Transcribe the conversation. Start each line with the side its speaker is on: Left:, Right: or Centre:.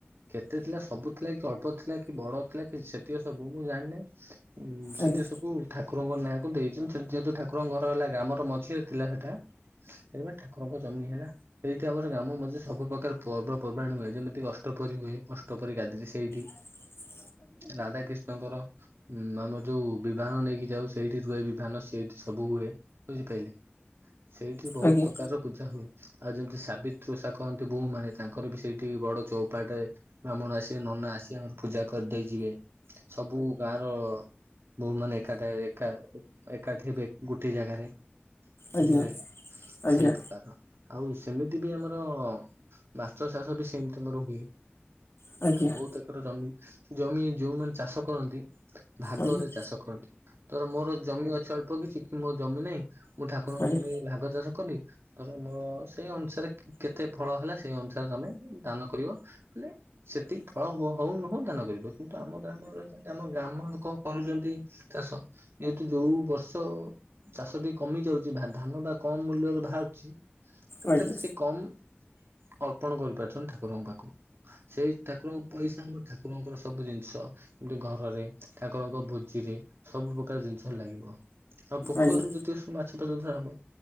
Right: କେତେ ଥିଲା ସବୁ ଥିଲା କି ଅଳ୍ପ ଥିଲା କି ବଡ ଥିଲା କି ସେଠି ସବୁ ମୁଁ ଜାଣିନି। ଉଁ ସେଠି
Left: ଆଜ୍ଞା
Right: ସବୁ ଠାକୁରଙ୍କ ନାଁକୁ ଦେଇଛନ୍ତି ସେଠ ଯେହେତୁ ଠାକୁରଙ୍କ ଘର ହେଲା ଗ୍ରାମର ମଝିରେ ଥିଲା ସେଟା ସେଥିପ ଠାକୁରଙ୍କ ଜମି ହେଲା। ସେଇଠି ଆମର ଗାମ ମଧ୍ୟରେ ସବୁ ପ୍ରକାର ପର୍ବପର୍ବାଣି ହୁଏ ଯେମିତି କି ଅଷ୍ଟପରୀ ହୁଏ ଅଷ୍ଟପରୀ ଗାଦି ବି ସେଇଠି।
Left: <inaudible>
Right: ରାଧାକିଷ୍ଣଙ୍କର ଉଁ ଆମର ଯୋଉ ବିଭହାନ ନେଇକି ଯାଉ ସେଇଠି ରୁହେ ବିଭହାନ ସେଇଠି ସବୁ ହୁଏ ବୁଝିପାଇଲେ। ସେଇଠି ବହୁତ
Left: ଆଜ୍ଞା।
Right: ପ୍ରକାର ପୂଜା ହୁଏ ଆଉ ଯେମିତି ସାବିତ୍ରୀ ଓଷା କରନ୍ତି ବୋଉ ମାନେ ତାଙ୍କର ବି ସେଇଠି ବଡ ଚଉପାଟ ବ୍ରାହ୍ମଣ ଆସିବେ ନନା ଆସିକେ ଆମ ପୂଜା କରିଦେଇ ଯିବେ ସବୁ ଗାଁ ର ବୋଉ ମାନେ ଏକାଠ ଏକା ଏକାଠି ହେବେ ଗୋଟେ ଜାଗାରେ
Left: ଆଜ୍ଞା
Right: ବୁଝିପାଇଲେ
Left: ଆଜ୍ଞା
Right: ସେଇ
Left: ଆଜ୍ଞା
Right: ପକାର। ଆଉ ସେମିତି ବି ଆମର ମାଛ ଚାଷ ବି ସେମିତି ଆମର ହୁଏ।
Left: ଆଜ୍ଞା
Right: ବହୁତ
Left: ଆଜ୍ଞା
Right: ଏକର ଜମି ଜମି ଯୋଉମାନେ ଚାଷ କରନ୍ତି ଭାଗରେ
Left: ଆଜ୍ଞା
Right: ଚାଷ କରନ୍ତି ତର ମୋର ଜମି ଅଛି ଅଳ୍ପ କିଛି କି ମୋ ଜମି ନାହିଁ ମୁଁ ଠାକୁରଙ୍କୁ
Left: ଆଜ୍ଞା
Right: ଜମି ଭାଗ ଚାଷ କଲି ଧର ମୋ ସେଇ ଅନୁସାରେ କେତେ ଫଳ ହେଲା ସେଇ ଅନୁସାରେ ତମେ ଦାନ କରିବ। ହେଲେ ସେତିକି ଫଳ ହୋ ହଉ ନହଉ ଦାନ କରିବ କିନ୍ତୁ ଆମ ଗ୍ରାମର ଯେ ଯେ ଆମ ଗ୍ରାମ ଲୋକ କରୁଛନ୍ତି ଚାଷ ଯେହେତୁ ଯୋଉ ବର୍ଷ ଚାଷ ଟିକେ କମି ଯାଉଛି ଭା ଧାନ ବା କମ ମୂଲ୍ୟରେ ବାହାରୁଛି କିନ୍ତୁ
Left: ଆଜ୍ଞା
Right: ଏଟା
Left: ଆଜ୍ଞା
Right: ସେ କମ ଅର୍ପଣ କରିପାରୁଛନ୍ତି ଠାକୁରଙ୍କ ପାଖକୁ। ସେଇ ଠାକୁରଙ୍କ ପଇସା ଆମ ଠାକୁରଙ୍କର ସବୁ ଜିନିଷ କିମତି ଘରରେ ଠାକୁରଙ୍କ ଭୋଜିରେ ସବୁ ପ୍ରକାର ଜିନିଷ ଲାଗିବ। ଆଉ ପୋଖରୀରୁ
Left: ଆଜ୍ଞା ଆଜ୍ଞା
Right: ଜେତିକ ସବୁ ମାଛ ଧ ଧରା ହବ